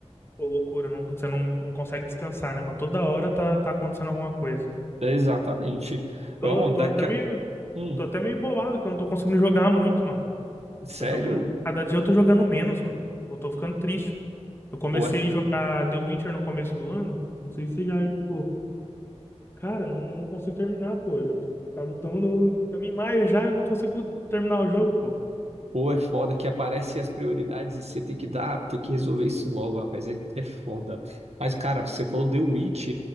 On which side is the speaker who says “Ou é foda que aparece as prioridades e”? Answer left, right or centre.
Right